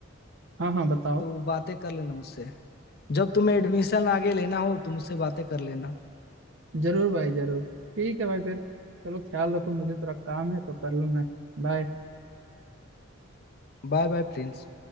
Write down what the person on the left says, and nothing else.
तो बातें कर लेना मुझसे जब तुम्हें एडमिशन आगे लेना हो तो मुझसे बातें कर लेना
Bye bye Prince